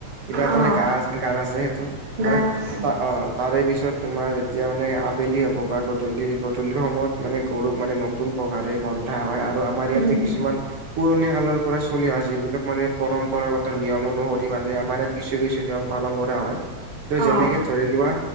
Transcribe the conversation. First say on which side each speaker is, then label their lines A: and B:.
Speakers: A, on the right (about 55°); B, on the right (about 75°).
A: কিবা এটা
B: অ
A: মানে গা' আছে, গান আছে সেইটো মানে
B: গান
A: <unintelligible>
B: আছে
A: অ তাৰে পিছত তোমাৰ যেতিয়া মানে আবেলি হ'ব বা গধূলি, গধূলিৰ সময়ত মানে গৰুক মানে ন নতুন পঘাৰে বন্ধা হয় আৰু আমাৰ ইয়াতে
B: উম
A: কিছুমান
B: হম
A: পুৰণি কালৰ পৰা চলি অহা, যিবিলাক মানে পৰম্পৰাগত নিয়ম অনুসৰি মানে আমাৰ ইয়াত কিছু কিছু নিয়ম পালন কৰা হয়, ত' যেনেকে
B: অ
A: ধৰি লোৱা